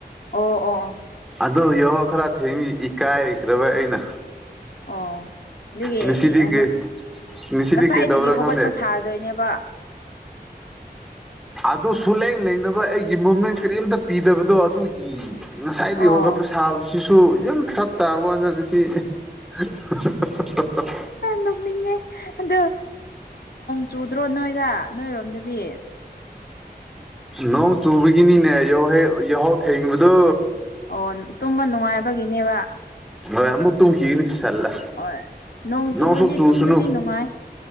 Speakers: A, on the left; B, in the centre.
A: ꯑꯣ ꯑꯣ ꯑꯣ
B: ꯑꯗꯨ ꯌꯦꯍꯣ ꯈꯔ ꯊꯦꯡ ꯏꯀꯥꯏꯈ꯭ꯔꯕ ꯑꯩꯅ
A: ꯑꯣ <unintelligible>
B: ꯉꯁꯤꯗꯤ ꯀꯩ ꯉꯁꯤꯗꯤ
A: ꯉꯁꯥꯏꯗꯒꯤ
B: ꯀꯩꯗꯧꯕ꯭ꯔꯥ
A: ꯍꯧꯒꯠꯄ
B: ꯈꯪꯗꯦ
A: ꯁꯥꯗꯣꯏꯅꯦꯕ
B: ꯑꯗꯨ ꯁꯨꯂꯩ ꯂꯩꯅꯕ ꯑꯩꯒꯤ ꯃꯨꯞꯃꯦꯟ ꯀꯔꯤꯝꯇ ꯄꯤꯗꯕꯗꯣ ꯑꯗꯨꯒꯤ ꯉꯁꯥꯏꯗꯒꯤ
A: ꯑꯣ
B: ꯍꯧꯣꯒꯠꯄ ꯁꯥꯕꯁꯤꯁꯨ ꯌꯨꯝꯈꯛ ꯇꯥꯕꯅ ꯉꯁꯤ ꯍꯥ ꯍꯥ ꯍꯥ
A: ꯅꯣꯛꯅꯤꯡꯉꯦ ꯑꯗꯣ ꯆꯨꯗ꯭ꯔꯣ ꯅꯣꯏꯗ ꯅꯣꯏꯔꯣꯝꯗꯗꯤ
B: ꯅꯣꯡ ꯆꯨꯕꯒꯤꯅꯤꯅꯦ ꯌꯥꯎꯍꯦ ꯌꯥꯍꯧ ꯊꯦꯡꯕꯗꯣ
A: ꯑꯣ ꯇꯨꯝꯕ ꯅꯨꯡꯉꯥꯏꯕꯒꯤꯅꯦꯕ
B: ꯍꯣꯏ ꯑꯃꯨꯛ ꯇꯨꯜꯈꯤꯒꯅꯤ ꯁꯜꯂꯥ
A: ꯍꯣꯏ ꯅꯣꯡ ꯆꯨꯔꯗꯤ
B: ꯅꯣꯡꯁꯨ ꯆꯨꯁꯅꯨ
A: ꯇꯨꯝꯕꯗꯤ ꯅꯨꯡꯉꯥꯏ